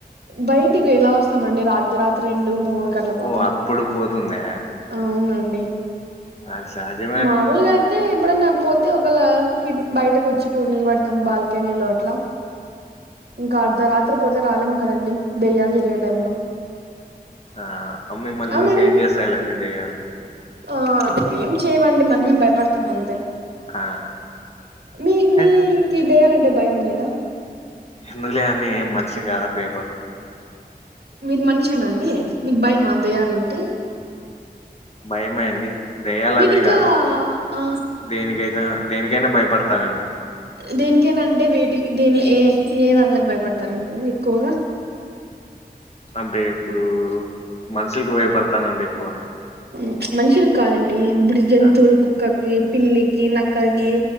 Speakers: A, on the right; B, on the left.
A: బయటికు ఎలా వస్తామండి రాత్రి అర్ధ రాత్రి రెండు మూడు. కట్లపోతే
B: ఓ అప్పుడు పోతుందా
A: అవునండి.
B: అది సహజ హు,
A: మామూలుగా అయితే ఎప్పుడన్నా. పోతే ఒకళ కి బయటకు వచ్చి కూ నిీళ పడతాం బాల్కెనీలో అట్లా. ఇంకా అర్ధరాత్రి
B: ఉమ్.
A: పోతే రాలేము కదండి దెయ్యాలు తిరిగే టైమ్ లో,
B: ఆ మ్ మిమ్మల్ని
A: అవునండి
B: చూసి ఏం చేస్తాయిలేండి దే య్యాలు
A: ఆ ఏం చేయవండి మనమే భయపడతాము అంతే.
B: ఆ
A: మీ మీకి
B: ఏ,
A: దేయాలంటే భయం లేదా,
B: ఎందుకు లెండి ఏం మనిషం కాదా భయపడను.
A: మీరు మనిషేనా అండి మీకు భయమా దయ్యాలంటే.
B: భయమే అండి దేయ్యాాల
A: మీరు
B: అనే
A: ఇంకా
B: కాదు.
A: ఆ
B: దేనికైతా దేనికైనా భయపడతానండి.
A: దేనికేనాంటే వేటికి దీనిలో ఏ ఏ దాంలోకి భయపడతారండి మీరు ఎక్కువగా,
B: అంటే ఇప్పుడు మనుషులకి భయపడతానండి ఎక్కువ,
A: ఉమ్ మనుషులకి కాదండి ఇప్పుడి జంతువులు
B: ఆ
A: కుక్కకి, పిల్లికి నక్కలకి